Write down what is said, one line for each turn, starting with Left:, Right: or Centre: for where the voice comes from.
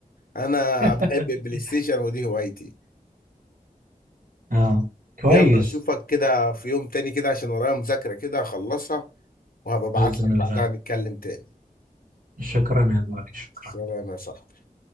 Left: انا
Right: <laughs>
Left: بحب البلاي ستيشن ودي هوايتي
Right: آه. كويس
Left: يلا اشوفك كده في يوم تاني كده عشان ورايا مذاكرة كده اخلصها وهبقى ابعت
Right: بإذن
Left: لك بعدها
Right: الله
Left: نتكلم تاني
Right: شكرا يا غالي شكرا
Left: سلام يا صاحبي